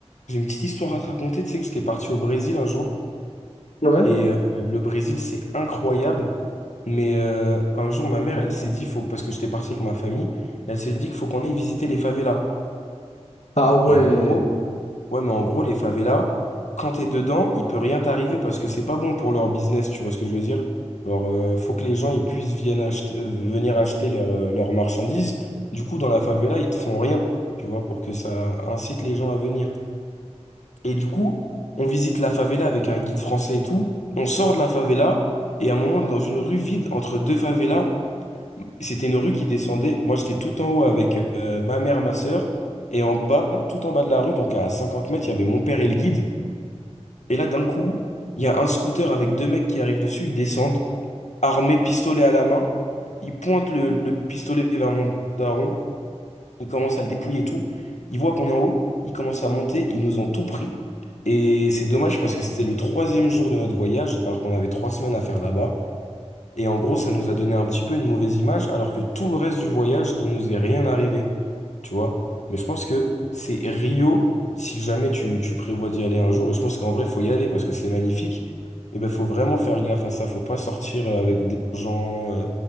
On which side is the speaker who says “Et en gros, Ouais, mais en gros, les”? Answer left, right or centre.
Left